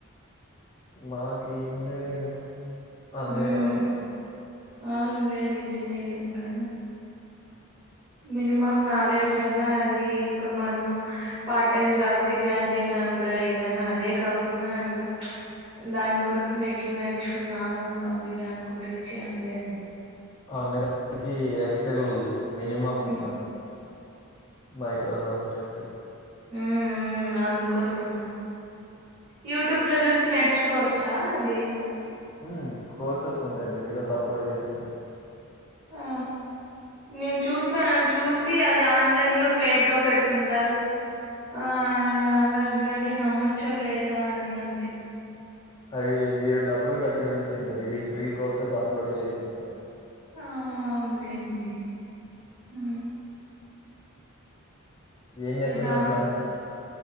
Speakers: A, on the left; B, on the right.
A: మాకి ఇంజనీరింగ్ అన్నీ
B: మ్
A: రావు
B: అవునులేండి ఇంజనీరింగ్ కదా మినిమం నాలెడ్జ్ అన్నా అది ఇప్పుడు మనము పార్ట్ టైమ్ జాబ్ కి జాయిన్ అయినా కూడా ఏదన్నా అదే కాకుండా అట్లా ప్చ్ దాని కోసం ఎట్లు నేర్చుకున్నాము అనే దాని గురించి అందేనండి
A: ఆ నిదనికి ఎక్సెల్ మనిమమ్
B: ఉమ్
A: అది మైక్రోసాఫ్ట్ ఎక్సల్
B: ఉ ఊ అందుకోసం యూట్యూబ్ ఇట్ లో చూసి నేర్చుకోవచ్చా అది
A: ఉ కోర్సెస్ ఉంటాయండి వీడియోస్ అప్లోడ్ చేసింటారు
B: ఆ నేను చూసా చూసి అది ఆన్లైన్ లో ఫేక్ గా పెడుతుంటారు ఆ అలాంటివన్న నమ్మొచ్చో లేదా అని అంతే
A: అవి మీరు డబ్బులు కట్టేవి చూసింటారు ఇవి ఫ్రీ కోర్సెస్ అప్లోడ్ చేసింటారు
B: ఆ అవునులేండి ఊ
A: ఏం చేస్తున్నారు
B: దా
A: లంచ్ కి